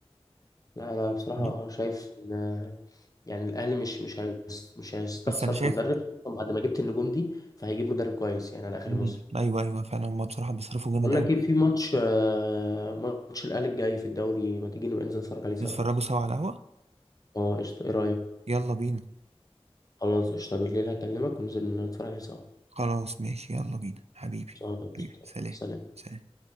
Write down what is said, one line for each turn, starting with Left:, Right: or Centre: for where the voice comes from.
Left: لا انا بصراحة
Right: مم.
Left: شايف ان آه، يعني الاهلي مش مش هيس- مش هيستخسر
Right: بس انا شايف
Left: في مدرب خصوصا بعد ما جبت النجوم دي فهيجيب مدرب كويس يعني على اخر
Right: مم.
Left: الموسم
Right: ايوه ايوه فعلا هما بصراحة بيصرفوا جامد
Left: بقول
Right: اوي
Left: لك ايه في ماتش آه، ماتش الاهلي الجاي في الدوري ما تيجي نبقى ننزل نتفرج عليه سوا
Right: نتفرجوا سوا على القهوة
Left: اه قشطة ايه رأيك
Right: يلا بينا
Left: خلاص قشطة بالليل هكلمك وننزل نتفرج عليه سوا
Right: خلاص ماشي يلا بينا حبيبي
Left: خلاص، قشطة،
Right: حبيبي سلام
Left: سلام
Right: سلام